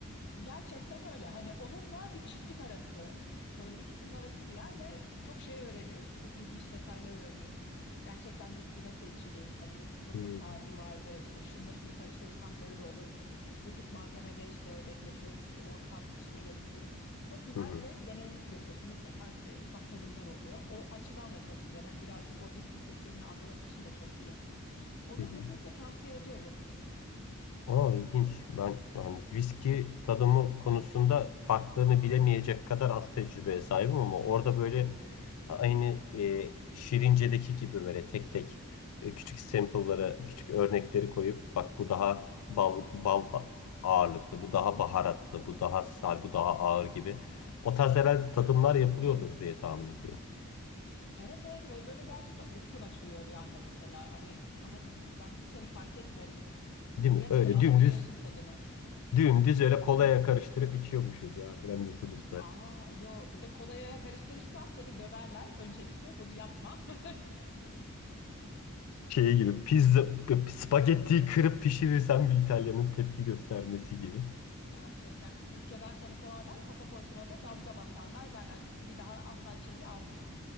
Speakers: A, on the left; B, on the left.
A: Gerçekten öyle. Hani onunla bir çiftlik arası, böyle ikisinin arası bir yer ve çok şey öğreniyorsun. Çok ilginç detaylar öğreniyorsun. Gerçekten viski nasıl içilir? Hani nasıl
B: Hmm,
A: bir tarihi vardı? İşte şununla şunu karıştırırsam böyle olur. Bu tip malzemede işte bekletiyoruz ki o tat içine geçsin. Çok güzel
B: Hı hı.
A: ve deneyim yapıyorsun. Mutlaka işte ufak tadımlar oluyor. O açıdan da çok güzel. Hem birazcık o viski kültürünü anlamak için de çok iyi. Onu
B: Hı hı.
A: kesinlikle tavsiye ediyorum.
B: Aa, ilginç. Ben yani viski tadımı konusunda farklarını bilemeyecek kadar az tecrübeye sahibim ama orada böyle aynı e, Şirince'deki gibi böyle tek tek e, küçük sample'lara, küçük örnekleri koyup bak bu daha bal, bal ağırlıklı, bu daha baharatlı, bu daha sal, bu daha ağır gibi. O tarz herhalde tadımlar yapılıyordur diye tahmin ediyorum.
A: Evet evet ve böyle gerçekten ufkun açılıyor bir anda mesela. Hani aa diyorsun ben hiç hani fark etmiyordum.
B: Değil mi?
A: Gerçekten
B: Öyle
A: alabiliyorsun
B: dümdüz,
A: tadını.
B: dümdüz öyle kolaya karıştırıp içiyormuşuz ya filan diyorsunuz.
A: Aa yo burada kolaya karıştırırsan seni döverler. Öncelikle bunu yapma. <laughs>
B: Şey gibi pizza spagettiyi kırıp pişirirsen bir İtalyanın tepki göstermesi gibi.
A: Gerçekten ülkeden seni kovarlar, pasaportuna da damga basarlar derler ki bunu bir daha asla içeriye almayın.